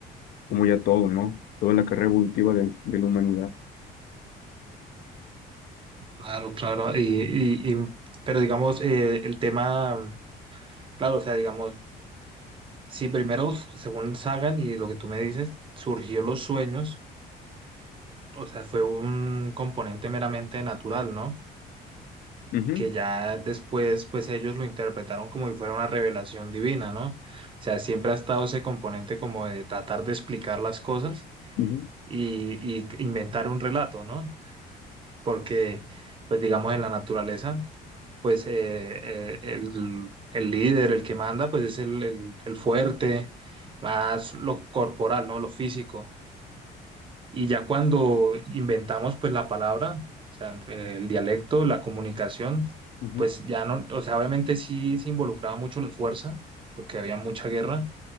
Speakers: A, on the left (about 65°); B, on the right (about 30°).
A: como ya todo, ¿no? Toda la carrera evolutiva de, de la humanidad.
B: Claro, claro. Y, y- y- pero digamos, eh, el tema, claro, o sea, digamos, si primero, según Sagan y lo que tú me dices, surgió los sueños, o sea, fue un componente meramente natural, ¿no?
A: Ujú,
B: que ya después pues ellos lo interpretaron como si fuera una revelación divina, ¿no? O sea, siempre ha estado ese componente como de tratar de explicar las cosas
A: ujú,
B: y, y inventar un relato, ¿no? Porque pues digamos en la naturaleza pues eh, eh, el, el líder, el que manda pues es el, el, el fuerte, más lo corporal, ¿no? Lo físico. Y ya cuando inventamos pues la palabra, o sea, entre el dialecto, la comunicación,
A: ujú,
B: pues ya no, o sea, obviamente sí se involucraba mucho la fuerza, porque había mucha guerra,